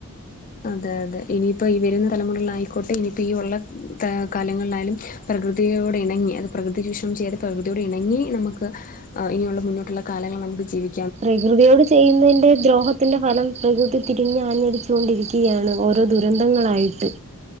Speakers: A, on the left; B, on the right.
A: അതെ അതെ ഇനിയിപ്പൊ ഈ വരുന്ന തലമുറയിലായിക്കോട്ടെ ഇനിയിപ്പോ ഈ ഉള്ള ത്ത കാലങ്ങളിലായാലും പ്രകൃതിയോടെ ഇണങ്ങി അത് പ്രകൃതി ചൂഷണം ചെയ്ത് പ്രകൃതിയോട് ഇണങ്ങി നമുക്ക് ആഹ് ഇനിയുള്ള മുന്നോട്ടുള്ള കാലങ്ങൾ നമുക്ക് ജീവി
B: പ്രകൃതിയോട് ചെയ്യുന്നതിന്റെ ദ്രോഹ ഹത്തിൻ്റെ ഫലം പ്രകൃതി തിരിഞ്ഞ് ആഞ്ഞടിച്ചുകൊണ്ടിരിക്കുകയാണ് ഓരോ ദുരന്തങ്ങളായിട്ട്